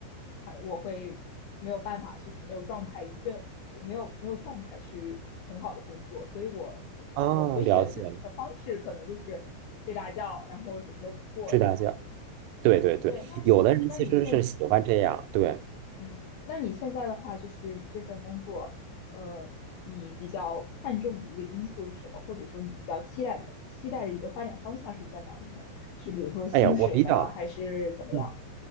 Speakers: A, on the left (about 75°); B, on the right (about 85°).
A: 哎，我会没有办法，就是没有状态，以最没有没有状态去很好的工作。所以我我回血的这的方式可能就是睡大觉，
B: 啊，了解了，
A: 然后什么都不做这样。
B: 睡大觉。对对对，
A: 对，那你那你现
B: 有的人其实是喜欢这样。对，
A: 嗯，那你现在的话，就是你这份工作，呃，你比较看重的一个因素是什么？或者说你比较期待的期待的一个发展方向是在哪里呢？是比如说薪水呢，
B: 哎呀，我比较，
A: 还是怎么样？
B: 嗯。